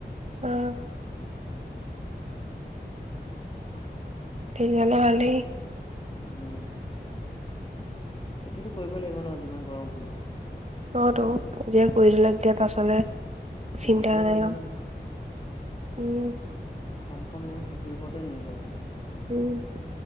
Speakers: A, on the right; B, on the left.
A: উম। <inaudible>
B: উম-উম <unintelligible>
A: তেতিয়া হ'লে ভালেই। <unintelligible>
B: উম! খেতিটো কৰিবই লাগিব ন যিমান গৰম হলো। <unintelligible>
A: অঁ তো এতিয়া কৰি দিলে তেতিয়া পাচালে <unintelligible>
B: খেতিটোৱে
A: চিন্তা নাই
B: মেইন
A: আৰু
B: নহয়
A: <inaudible> উম!
B: অসমখন এনেও খেতিৰ ওপৰতে নিৰ্ভৰশীল। <unintelligible>
A: উম। <inaudible>